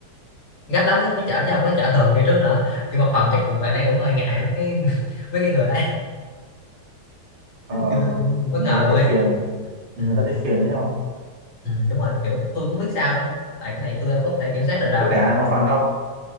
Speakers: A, on the left; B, on the right.
A: gấp lắm ấy mới chở chứ không có chở thường như trước nữa kiểu một phần chắc cũng bạn ấy cũng hơi ngại mấy cái <laughs> mấy cái người đấy <laughs>
B: ờ,
A: kiểu tôi cũng bất
B: người
A: ngờ
B: ta
A: luôn
B: thấy
A: ấy
B: phiền người
A: ừ,
B: ta thấy phiền đấy không
A: ừ, đúng rồi kiểu tôi cũng biết sao nữa tại cái này tôi đâu có thể kiểm soát được đâu
B: với cả một phần ông